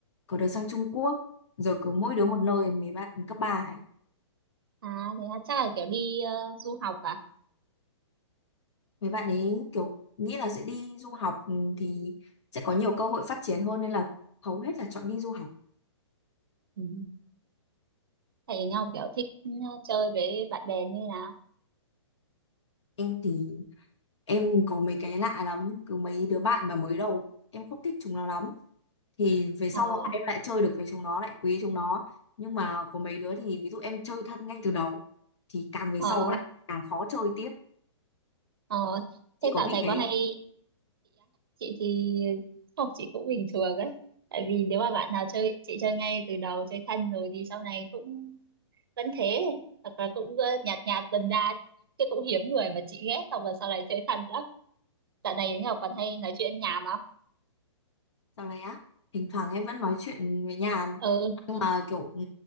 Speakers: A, on the left (about 70°); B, on the right (about 50°).
A: có đứa sang Trung Quốc rồi cứ mỗi đứa một nơi mấy bạn cấp ba
B: à thế là chắc là kiểu đi ờ, du học à
A: Mấy bạn ấy kiểu nghĩ là sẽ đi du học ừ, thì sẽ có nhiều cơ hội phát triển hơn nên là hầu hết là chọn đi du học.
B: ừ. thầy nhau kiểu thích ờ, chơi với bạn bè như nào
A: Em thì em có mấy cái lạ lắm, cứ mấy đứa bạn mà mới đầu em không thích chúng nó lắm thì về sau
B: ờ
A: em lại chơi được với chúng nó, lại quý chúng nó. Nhưng mà có mấy đứa thì ví dụ em chơi thân ngay từ đầu thì càng về
B: ờ
A: sau lại càng khó chơi tiếp.
B: ờ
A: Chị
B: thế
A: có
B: dạo
A: bị
B: này
A: thế
B: có hay
A: không?
B: chị thì không chị cũng bình thường ấy tại vì nếu mà bạn nào chơi chị chơi ngay từ đầu chơi thân rồi thì sau này cũng vẫn thế hoặc là cũng ờ, nhạt nhạt dần ra chứ cũng hiếm người mà chị ghét không là sau này chơi thân lắm dạo này Yến Ngọc còn hay nói chuyện nhảm không
A: Sau này á, thỉnh thoảng em vẫn nói chuyện với nhà
B: ừ
A: mà kiểu ừ,